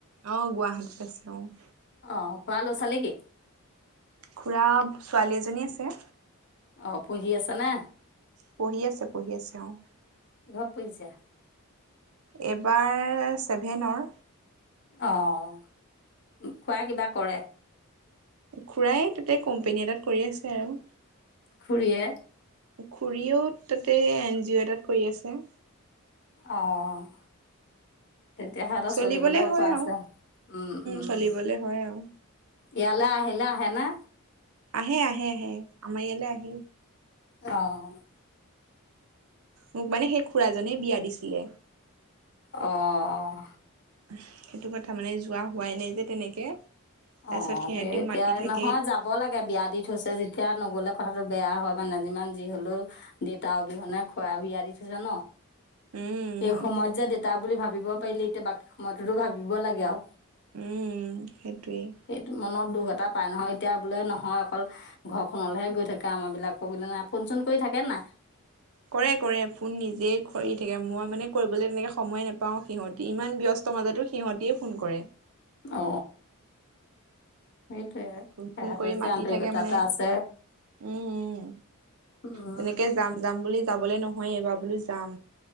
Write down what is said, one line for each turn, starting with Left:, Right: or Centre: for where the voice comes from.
Right: অ', গুৱাহাটীত আছে অ'।
Left: অ', খোৱা ল ছালে কি?
Right: খুৰা ছোৱালী এজনী আছে।
Left: অ', পুহি আছ নে?
Right: পঢ়ি আছে, পঢ়ি আছে অ'।
Left: এহাৰ পইচা
Right: এইবাৰ ছেভেনৰ
Left: অ', খোৱা কিবা কৰে।
Right: খুৰায় তাতে কোম্পেনী এটাত কৰি আছে আৰু।
Left: খুুৰীয়ে
Right: খুৰীও তাতে এন জি অ, ' এটাত কৰি আছে।
Left: অ'। তেতিয়াহে এটা
Right: চলিবলে
Left: চলিবলৈ উপায়
Right: হয়
Left: আছে
Right: আৰু
Left: উম, উম।
Right: চলিবলে হয় আৰু।
Left: ইয়ালৈ আহিলে আহেনে?
Right: আহে আহে আহে আমাৰ ইয়ালৈ আহেই।
Left: অ'।
Right: মোক মানে সেই খুৰা জনে বিয়া দিছিলে
Left: অঁ
Right: উ সেইটো কথা মানে যোৱা হোৱাই নাই যে তেনেকে তাৰপিছত
Left: অ
Right: সিহঁতিও
Left: তে এতিয়া
Right: মাতি থাকে।
Left: নহয় যাব লাগে বিয়া দি থৈছে যেতিয়া নগলে কথাতটো বেয়া হয় মানে যিমান যি হলেও দেউতা অবিহনে খোৱা বিয়া দি থৈছে ন
Right: উম উম
Left: সেই সময়ত যে দেতা বুলি ভাবো ভাবিব পাৰিলে এতিয়া বাকী সময়তোতো ভাবিব লাগে আৰু
Right: উম সেইটোৱেই
Left: সেইটো মনত দুখ এটা পাই নহয় এতিয়া বোলে নহয় অকল ঘৰখনলৈহে গৈ থাকে আমাৰ বিলাকো বোলে নাই ফোন চোন কৰি থাকে নাই
Right: কৰে কৰে ফোন নিজে কৰি থাকে মই মানে কৰিবলৈ তেনেকে সময় নেপাও সিহঁতি ইমান ব্যস্ত মাজতো সিহতিয়ে ফোন কৰে
Left: অ সেইটোয়ে।
Right: ফোন
Left: সিহঁতৰ
Right: চোন কৰি মাতি
Left: যে আন্তৰিকতা
Right: থাকে মানে
Left: এটা আছে
Right: উম উম
Left: উম।
Right: তেনেকে যাম যাম বুলি যাবলে ন মই এইবাৰ বোলো যাম